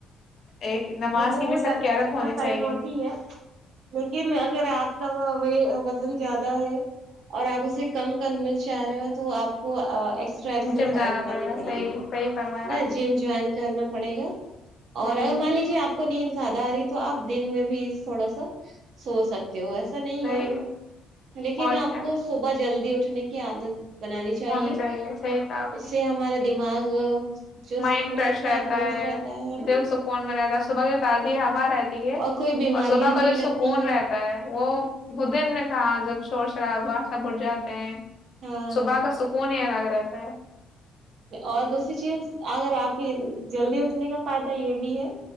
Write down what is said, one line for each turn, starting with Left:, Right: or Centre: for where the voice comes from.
Left: ایک نماز
Right: وہ تو
Left: کی
Right: ہو
Left: بھی سب
Right: جاتی
Left: کی عادت
Right: ایکسرسائز
Left: ہونی چاہیے
Right: ہوتی ہے لیکن اگر آپ کا وزن زیادہ ہے اور آپ اسے کم کرنا چاہ رہے ہو تو آپ کو ٹرا ایکسرسائز
Left: جم جانا
Right: کرنی
Left: گا
Right: پڑے
Left: صحیح
Right: گی
Left: صحیح فرمایا
Right: نا
Left: آپ نے
Right: جم جوائن کرنا <inaudible>
Left: صحیح
Right: اور مالک ن زیادہ آ رہی تو آپ دن میں بھی تھوڑا سا سو سکتے ایسا نہیں
Left: صحیح
Right: ہے لیکن
Left: اور
Right: آپ
Left: کیا
Right: کو صبح جلدی اٹھنے کی عادت بنانی چاہیے
Left: ہونی صحیح کہا آپ
Right: اس
Left: نے
Right: سے ہمارا دماغ چست
Left: مائنڈ فریش رہتا
Right: درست
Left: ہے
Right: رہتا ہے نا
Left: دل سکون میں رہتا ہے صبح تازی ہوا رہتی ہے
Right: اور کوئی بیماریاں
Left: اور صبح کا
Right: نہیں
Left: جو
Right: لگتی
Left: سکون
Right: ہیں
Left: رہتا ہے وہ بدین نے کہا جب شور شرابہ سا بٹھ جاتے ہیں
Right: ہاں
Left: سباگ سک سکون ہے الگ رہتا ہے
Right: اور دوسری چیز اگر آپ کی جلدی اٹھنے کا فائدہ یہ بھی ہے